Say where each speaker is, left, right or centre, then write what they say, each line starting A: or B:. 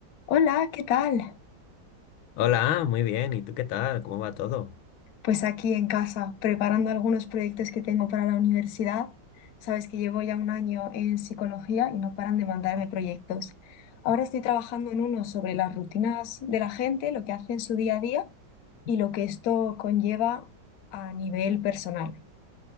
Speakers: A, on the left; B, on the left.
A: Hola, ¿qué tal?
B: Hola, ah, muy bien. ¿Y tú qué tal? ¿Cómo va todo?
A: Pues aquí en casa, preparando algunos proyectos que tengo para la universidad. Sabes que llevo ya un año en psicología y no paran de mandarme proyectos. Ahora estoy trabajando en uno sobre las rutinas de la gente, lo que hace en su día a día y lo que esto conlleva a nivel personal.